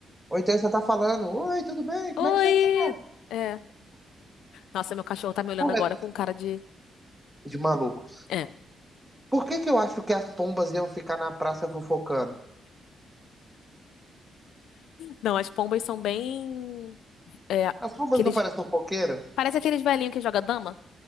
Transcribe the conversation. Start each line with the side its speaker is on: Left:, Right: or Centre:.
Centre: Ou então você tá falando, oi, tudo bem? Como
Left: Oi!
Centre: é que você tá?
Left: É. Nossa, meu cachorro tá me olhando
Centre: Cara,
Left: agora com cara de.
Centre: De maluco.
Left: É.
Centre: Por que que eu acho que as pombas iam ficar na praça fofocando?
Left: Não, as pombas são bem. É.
Centre: As pombas
Left: Aqueles.
Centre: não parecem fofoqueiras?
Left: Parece aqueles velhinhos que joga dama.